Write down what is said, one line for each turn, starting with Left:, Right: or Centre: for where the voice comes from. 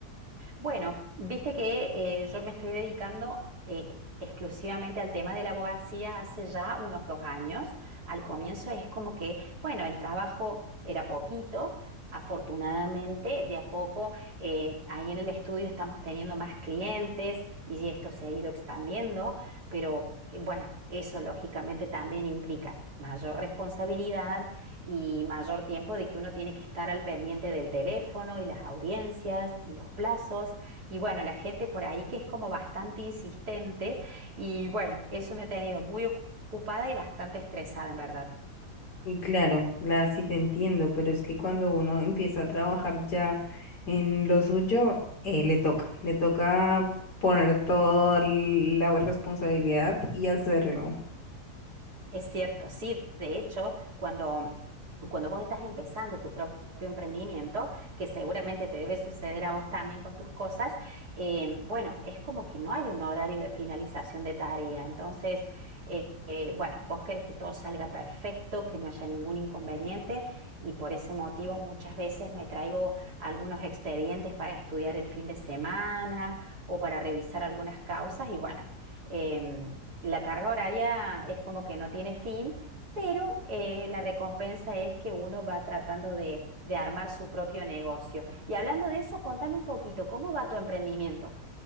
Right: Bueno, viste que eh, yo me estoy dedicando eh, exclusivamente al tema de la abogacía hace ya unos dos años. Al comienzo es como que, bueno, el trabajo era poquito. Afortunadamente, de a poco, eh, ahí en el estudio estamos teniendo más clientes y esto se ha ido expandiendo, pero eh, bueno, eso lógicamente también implica mayor responsabilidad y mayor tiempo de que uno tiene que estar al pendiente del teléfono y las audiencias y los plazos. Y bueno, la gente por ahí que es como bastante insistente y bueno, eso me ha tenido muy ocupada y bastante estresada en verdad.
Left: Y Claro, la, sí te entiendo, pero es que cuando uno empieza a trabajar ya en lo suyo, eh, le toca, le toca poner toda la responsabilidad y hacerlo.
Right: Es cierto, sí. De hecho, cuando, cuando vos estás empezando tu propio emprendimiento, que seguramente te debe suceder a vos también con tus cosas, eh, bueno, es como que no hay un horario de finalización de tarea. Entonces, eh, eh, bueno, vos querés que todo salga perfecto, que no haya ningún inconveniente y por ese motivo muchas veces me traigo algunos expedientes para estudiar el fin de semana o para revisar algunas causas y bueno. em, la carga horaria es como que no tiene fin, pero eh, la recompensa es que uno va tratando de, de armar su propio negocio. Y hablando de eso, contame un poquito, ¿cómo va tu emprendimiento?